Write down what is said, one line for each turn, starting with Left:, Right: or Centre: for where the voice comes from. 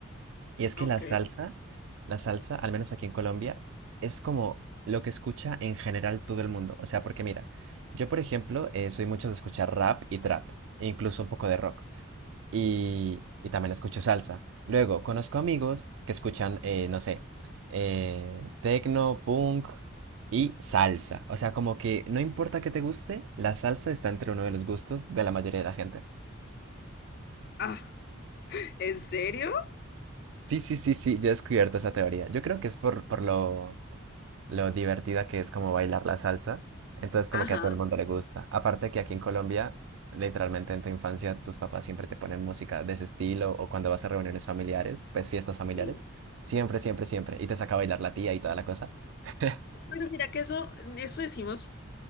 Right: y es que
Left: Ok.
Right: la salsa, la salsa, al menos aquí en Colombia, es como lo que escucha en general todo el mundo. O sea, porque mira, yo por ejemplo, eh, soy mucho de escuchar rap y trap, e incluso un poco de rock y, y también escucho salsa. Luego, conozco amigos que escuchan, eh, no sé, eh, tecno, punk y salsa. O sea, como que no importa qué te guste, la salsa está entre uno de los gustos de la mayoría de la gente.
Left: Ah, ¿en serio?
Right: Sí, sí, sí, sí, yo he descubierto esa teoría. Yo creo que es por, por lo, lo divertida que es como bailar la salsa. Entonces como
Left: Ajá.
Right: que a todo el mundo le gusta. Aparte que aquí en Colombia, literalmente en tu infancia, tus papás siempre te ponen música de ese estilo o cuando vas a reuniones familiares, pues fiestas familiares.
Left: Sí.
Right: Siempre, siempre, siempre. Y te saca a bailar la tía y toda la cosa. <laughs>
Left: Pero mira que eso, eso decimos